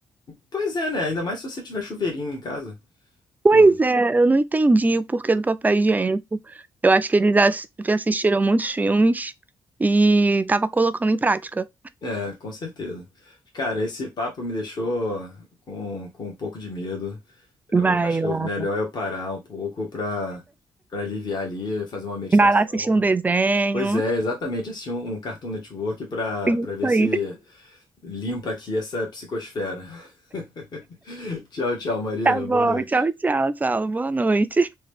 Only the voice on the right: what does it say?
Pois
é, eu não entendi o porquê do papel higiênico. Eu acho que eles ass- assistiram muitos filmes e tava colocando em prática.
Vai
lá.
Vai lá assistir um desenho.
Isso
aí.
Tá bom,
tchau, tchau, Saulo. Boa noite.